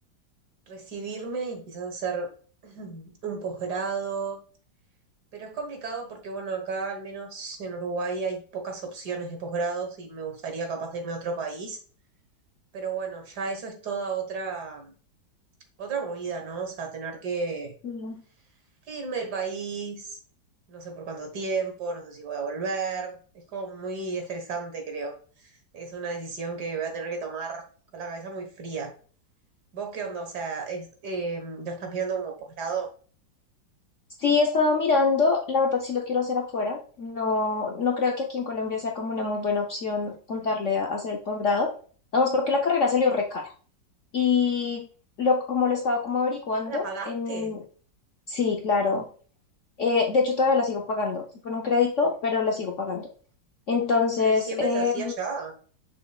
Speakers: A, on the right; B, on the left.
A: recibirme y quizás hacer <clears throat> un posgrado, pero es complicado porque bueno, acá al menos en Uruguay hay pocas opciones de posgrados y me gustaría capaz de irme a otro país, pero bueno, ya eso es toda otra otra movida, ¿no? O sea, tener que,
B: Mm.
A: que irme del país, no sé por cuánto tiempo, no sé si voy a volver. Es como muy estresante, creo. Es una decisión que voy a tener que tomar con la cabeza muy fría. ¿Vos qué onda? O sea, es, eh, ¿lo estás mirando como posgrado?
B: Sí, he estado mirando, la verdad sí lo quiero hacer afuera, no, no creo que aquí en Colombia sea como una muy buena opción apuntarle a hacer el posgrado, vamos porque la carrera salió re cara y lo, como lo he estado como averiguando,
A: Ah, ¿La pagaste?
B: en, sí, claro, eh, de hecho todavía la sigo pagando, fue con un crédito, pero la sigo pagando. Entonces,
A: Pero siempre
B: em,
A: se hacía allá.